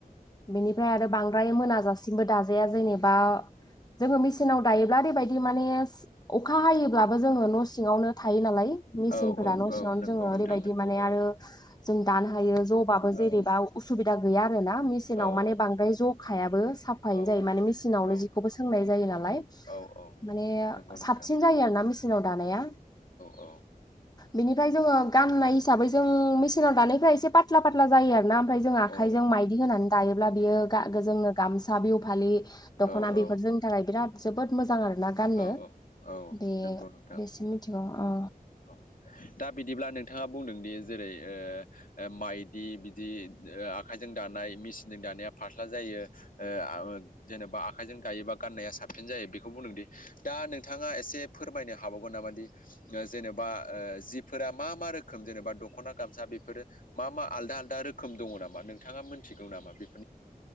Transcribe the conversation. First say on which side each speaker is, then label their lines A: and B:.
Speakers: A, on the left; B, on the left.
A: बेनिफ्राय आरो बांद्राय मोनाजासिमबो दाजाया जेनेबा जोङो मेचनाव दायोब्ला ओरैबायदि माने अखा हायोब्लाबो जोङो न' सिङावनो थायो नालाय मेसिनफोरा
B: औ औ
A: न' सिङावनो
B: नंगौ
A: जोङो
B: नोंथां
A: ओरैबायदि
B: नंगौ
A: माने
B: औ
A: आरो जों दानो हायो जबाबो
B: औ
A: जेरैबा उसुबिदा गैया आरो ना मेसिनाव
B: औ
A: माने
B: औ नंगौ
A: बांद्राय
B: नोंथां
A: जखायाबो साफायैनो
B: औ
A: जायो
B: नंगौ
A: माने
B: नोंथां
A: मेसिनावनो जिखौबो सोंनाय जायो नालाय।
B: औ औ
A: माने
B: नंगौ नोंथां
A: साबसिन जायो आरोना मेचिनाव दानाया
B: अ
A: बेनिफ्राय जोङो गाननाय हिसाबै जों मेसिनाव दानायफ्रा एसे पत्ला फात्ला जायो आरो ना ओमफ्राय जों आखाइजों
B: अ
A: माइदि होनानै दायोब्ला बियो जोंनो गामसा बिहु फालि
B: औ
A: दख'ना
B: औ
A: बेफोर
B: औ
A: जोंनि थाखाय बिराद जोबोद मोजां आरो। ना गाननो
B: औ औ
A: बे
B: नंगौ नोंथां
A: बेसम मिथिगौ औ
B: औ दा बिदिब्ला नों थाङा बुंदों दि जेरै ओ- माइदि बिदि आखाइजों दानाय मेसिनजों दा नाया फास्ला जायो ओ आ ओ जेन'बा आखायजों गायोबा गाननाया साबसिन जायो बेखौ बुंदोंदि दा नोंथाङा एसे फोरमायनो हाबावगोन नामादि जेनेबा ओ जिफोरा मा मा रोखोम जेनेबा दख'ना गामसा बेफोरो मा मा आलदा आलदा रोखोम दङ नामा नोंथाङा मोनथिगौ नामा बेखौ?